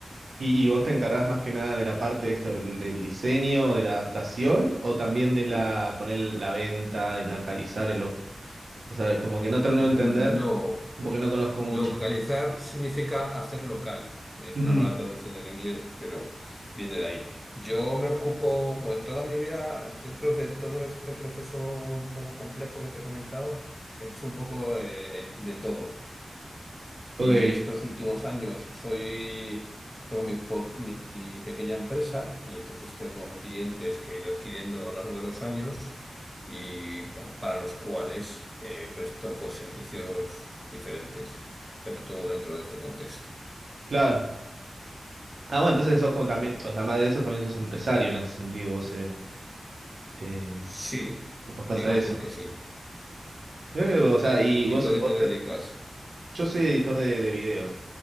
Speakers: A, on the right; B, in the centre.
A: ¿Y, y vos te encargás más que nada de la parte de esto del, del diseño, de la adaptación, o también de la poner la venta, en localizar, en los, o sea, como que no termino
B: No,
A: de entender porque no conozco mucho.
B: localizar significa hacer local. Es
A: Ujú.
B: una mala traducción del inglés, pero viene de ahí. Yo me ocupo, bueno, en toda mi vida, dentro de todo este proceso un poco complejo que te he comentado, he hecho un poco eh, de todo.
A: Ok,
B: Y estos últimos años soy, tengo mi, po- mi- mi pequeña empresa y entonces tengo clientes que he ido adquiriendo a lo largo de los años y pa- para los cuales eh, presto pues servicios diferentes, pero todo dentro de este contexto.
A: claro. Ah, bueno, entonces sos como también, o sea, además de eso también sos empresario en ese sentido, vos eh, eh,
B: Sí,
A: apostás
B: digamos
A: a eso.
B: que sí.
A: Mirá que loco, o sea, y
B: ¿Y
A: vos,
B: tú a qué
A: vos-
B: te dedicas?
A: yo soy editor de, de video.